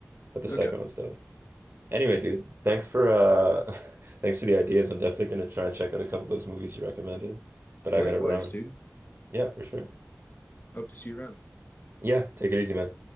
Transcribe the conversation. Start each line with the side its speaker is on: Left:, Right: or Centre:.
Right: But the second
Left: Okay.
Right: one's dope. Anyway, dude, thanks for uh <laughs> thanks for the ideas. I'm definitely gonna try and check out a couple of those movies you recommended. But I
Left: Likewise,
Right: gotta run.
Left: dude.
Right: Yeah, for sure.
Left: Hope to see you around.
Right: Yeah, take it easy, man.